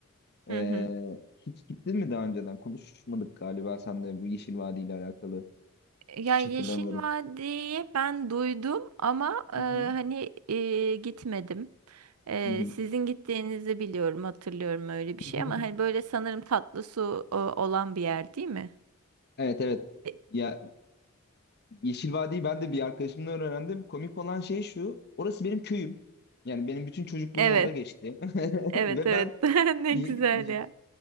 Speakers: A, on the left; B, on the right.
A: E,
B: Hı hı.
A: hiç gittin mi daha önceden? Konuşmadık galiba sen de bu Yeşil Vadi ile alakalı.
B: Ya
A: Hiç
B: Yeşil
A: hatırlamıyorum.
B: Vadi'yi ben duydum ama e,
A: Hı hı.
B: hani e, gitmedim. E,
A: Hı hı.
B: sizin gittiğinizi biliyorum, hatırlıyorum öyle bir
A: <laughs>
B: şey ama hani böyle sanırım tatlı su e, olan bir yer değil mi?
A: Evet evet.
B: E,
A: Ya Yeşil Vadi'yi ben de bir arkadaşımdan öğrendim. Komik olan şey şu. Orası benim köyüm. Yani benim bütün çocukluğum
B: Evet,
A: orada geçti. <laughs>
B: evet,
A: Ve
B: evet.
A: ben
B: <laughs> Ne
A: Ye-
B: güzel
A: Ye-
B: ya.